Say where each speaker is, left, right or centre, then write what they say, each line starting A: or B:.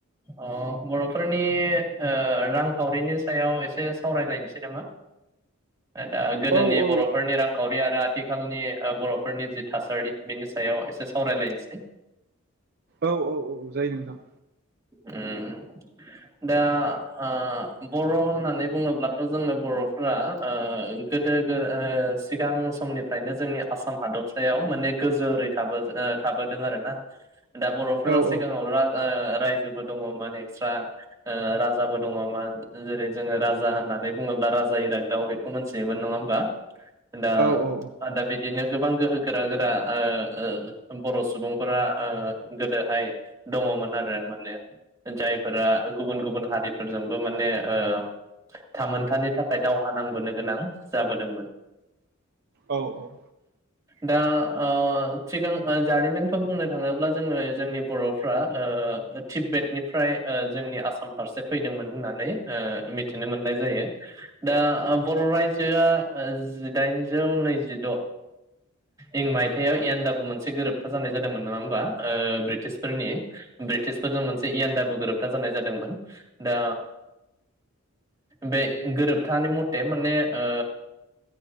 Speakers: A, on the right; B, on the right.
A: अ बर'फोरनि ओ रांखावरिनि सायाव एसे सावरायलायनोसै नामा? दा गोदोनि
B: औ औ
A: बर'फोरनि रांखावरि आरो आथ थिखालनि बर'फोरनि जि थासारि बिनि सायाव एसे सावरायलायनोसै।
B: औ औ औ जायो नोंथां।
A: ओम दा ओ बर' होननानै बुङोब्लाथ' जोङो बर'फोरा ओ गोदो सिगां समनिफ्रायनो जोंनि आसाम हादरसायाव माने गोजोरै थाबो थाबो दों आरो ना दा बर'फोरा
B: औ
A: सिगाङाव
B: औ
A: राज दा रायजोबो दङमोन एक्सट्रा ओ राजाबो दङमोन जेरै जोङो राजा होननानै बुङोब्ला राजा इरागदआव बेखौ मोनथियोमोन नङा होमबा? दा
B: औ औ
A: <unintelligible> बिदिनो गोबां गोहो गोरा गोरा ओ ओबर' सुबुंफोरा ओ गोदोहाय दङमोन आरो। माने जायफोरा गुबुन गुबुन हारिफोरजोंबो माने ओ थामोनथानि थाखाय दावहा नांबोनो गोनां जाबोदोंमोन।
B: औ औ।
A: दा ओ सिगां जारिमिनखौ बुंनो थाङोब्ला जोङो जोंनि बर'फ्रा ओ तीब्बेतनिफ्राय जोंनि ओ आसाम फारसे फैदोंमोन होननानै ओ मिथ थिनो मोननाय जायो दा आ बर' राज्योया जिडाइनजौ नैजिड' इं मायथाइयाव एन्याडाबु मोनसे गोरोबथा जानाय जादोंमोन नङा ओम्बा ओ बृ टिश फोरनि ब्रिटिश से इयानडाबु गोरोबथा जानाय जादोंमोन दा बे गोरोबथानि मथे माने ओ